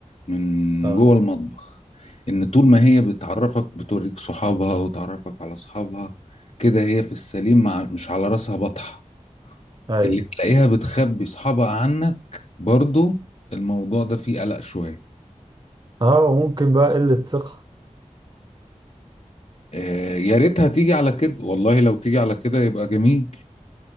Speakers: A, on the left (about 50°); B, on the right (about 35°).
A: من
B: اه
A: جوه المطبخ ان طول ما هي بتعرفك بتوريك صحابها وتعرفك على اصحابها كده هي في السليم مع مش على راسها بطحه
B: ايوه
A: اللي تلاقيها بتخبي صحابها عنك برضو الموضوع ده فيه قلق شوية
B: اه وممكن بقى قله ثقه
A: آه يا ريتها تيجي على كده والله لو تيجي على كده يبقى جميل